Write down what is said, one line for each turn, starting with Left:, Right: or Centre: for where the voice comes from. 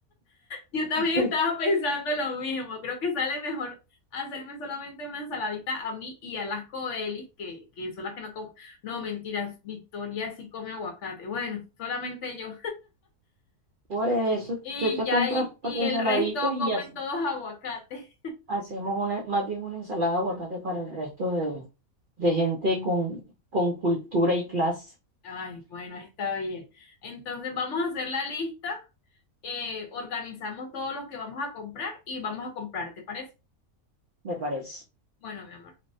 Left: Yo también
Right: <laughs>
Left: estaba pensando lo mismo. Creo que sale mejor hacerme solamente una ensaladita a mí y a las coelis, que, que son las que no comen. No, mentiras, Victoria sí come aguacate. Bueno, solamente yo.
Right: Por eso,
Left: Y
Right: tú te
Left: ya,
Right: compras
Left: y,
Right: para
Left: y
Right: tu ensaladita
Left: el resto
Right: y
Left: comen
Right: así
Left: todos aguacate.
Right: hacemos una, más bien una ensalada de aguacate para el resto de, de gente con, con cultura y clase,
Left: Ay, bueno, está bien. Entonces vamos a hacer la lista, eh, organizamos todos los que vamos a comprar y vamos a comprar, ¿te parece?
Right: me parece.
Left: Bueno, mi amor.